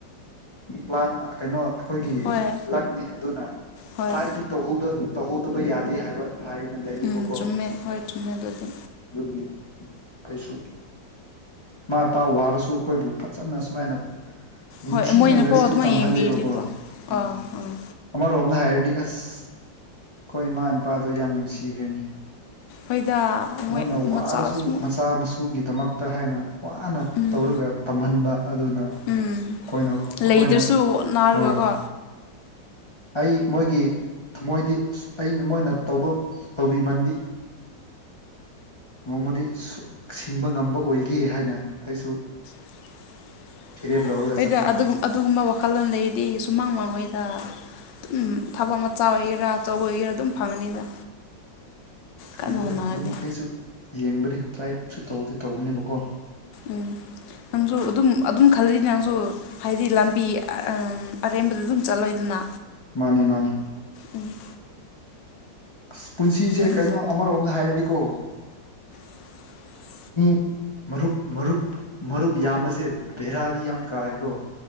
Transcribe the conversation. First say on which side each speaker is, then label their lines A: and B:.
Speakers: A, on the left; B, on the left.
A: ꯄ꯭ꯂꯥꯟ ꯀꯩꯅꯣ ꯑꯩꯈꯣꯏꯒꯤ
B: ꯍꯣꯏ
A: ꯂꯛꯅꯤ ꯑꯗꯨꯅ
B: ꯍꯣꯏ
A: ꯇ꯭ꯔꯥꯏꯗꯤ ꯇꯧꯍꯧꯗ ꯇꯧꯍꯧꯗꯕ ꯌꯥꯗꯦ ꯍꯥꯏꯕ ꯍꯥꯏꯅ ꯂꯩꯌꯦꯕꯀꯣ
B: ꯎꯝ ꯆꯨꯝꯃꯦ ꯍꯣꯏ ꯆꯨꯝꯃꯦ ꯑꯗꯨꯗꯤ
A: ꯑꯗꯨꯒꯤ ꯀꯩꯁꯨ ꯃꯥ ꯄꯥ ꯋꯥꯔꯁꯨ ꯈꯣꯏꯕꯨ ꯐꯖꯅ ꯁꯨꯃꯥꯏꯅ ꯅꯤꯡꯊꯤꯅ
B: ꯍꯣꯏ ꯃꯣꯏꯅꯐꯥꯎ
A: ꯂꯥꯏꯔꯤꯛꯁꯨ
B: ꯑꯗꯨꯃꯥꯏꯅ
A: ꯇꯝꯍꯜꯂꯦꯕꯀꯣ
B: ꯌꯦꯡꯕꯤꯔꯗꯤꯀꯣ
A: ꯎꯝ
B: ꯑꯥ ꯑꯥ
A: ꯑꯃꯔꯣꯝꯗ ꯍꯥꯏꯔꯗꯤ ꯑꯁ ꯈꯣꯏ ꯏꯃꯥ ꯏꯄꯥꯗꯣ ꯌꯥꯝ ꯅꯨꯡꯁꯤꯈ꯭ꯔꯦꯅꯦ
B: ꯍꯣꯏꯗ
A: ꯃꯣꯏꯅ
B: ꯃꯣꯏ
A: ꯋꯥꯔꯁꯨ
B: ꯃꯆꯥꯁꯨ
A: ꯃꯆꯥ ꯃꯁꯨ ꯇꯨꯒꯤꯗꯃꯛꯇ ꯍꯥꯏꯅ ꯋꯥꯅ
B: ꯎꯝ
A: ꯇꯧꯔꯒ ꯇꯝꯍꯟꯕ ꯑꯗꯨꯅ
B: ꯎꯝ
A: ꯑꯩꯈꯣꯏꯅ ꯑꯩꯈꯣꯏꯅ
B: ꯂꯩꯗ꯭ꯔꯁꯨ ꯍꯠꯅꯔꯒꯀꯣ
A: ꯍꯣꯏ ꯑꯩ ꯃꯣꯏꯒꯤ ꯊꯃꯣꯏꯗꯤ ꯑꯁ ꯑꯩꯅ ꯃꯣꯏꯅ ꯇꯧꯕ ꯇꯧꯕꯤꯃꯟꯗꯤ ꯅꯣꯡꯃꯗꯤ ꯁꯨ ꯁꯤꯡꯕ ꯉꯝꯕ ꯑꯣꯏꯒꯦ ꯍꯥꯏꯅ ꯑꯩꯁꯨ
B: <inaudible>
A: ꯐꯤꯔꯦꯞ ꯂꯧꯔꯒ
B: ꯍꯣꯏꯗ
A: ꯆꯠꯄꯅꯤ
B: ꯑꯗꯨꯒꯨꯝ ꯑꯗꯨꯒꯨꯝꯕ ꯋꯥꯈꯜꯂꯣꯟ ꯂꯩꯔꯗꯤ ꯁꯨꯃꯥꯡ ꯃꯥꯡꯉꯣꯏꯗ ꯇꯨꯝ ꯊꯕꯛ ꯃꯆꯥ ꯑꯣꯏꯒꯦꯔꯥ ꯑꯆꯧꯕ ꯑꯣꯏꯒꯦꯔꯥ ꯑꯗꯨꯝ ꯐꯪꯉꯅꯤꯗ
A: ꯈꯪꯗ꯭ꯔꯦ
B: ꯀꯟꯅ ꯍꯣꯠꯅꯔꯗꯤ
A: ꯑꯗꯨꯝ ꯑꯩꯁꯨ ꯌꯦꯡꯕꯅꯤ ꯇ꯭ꯔꯥꯏꯁꯨ ꯇꯧꯗꯤ ꯇꯧꯕꯅꯦꯕꯀꯣ
B: ꯎꯝ ꯅꯪꯁꯨ ꯑꯗꯨꯝ ꯑꯗꯨꯝ ꯈꯜꯂꯤ ꯅꯪꯁꯨ ꯍꯥꯏꯗꯤ ꯂꯝꯕꯤ ꯑꯥꯝ ꯑꯔꯦꯝꯕꯗ ꯑꯗꯨꯝ ꯆꯠꯂꯣꯏꯗꯅ
A: ꯃꯥꯅꯦ ꯃꯥꯅꯦ
B: ꯎꯝ
A: ꯑꯁ ꯄꯨꯟꯁꯤꯁꯦ
B: ꯐꯖꯅ
A: ꯀꯩꯅꯣ ꯑꯃꯔꯣꯝꯗ ꯍꯥꯏꯔꯗꯤꯀꯣ
B: <inaudible>
A: ꯃꯤ ꯃꯔꯨꯞ ꯃꯔꯨꯞ ꯃꯔꯨꯞ ꯌꯥꯝꯕꯁꯦ ꯕꯦꯔꯥꯗꯤ ꯌꯥꯝ ꯀꯥꯏꯀꯣ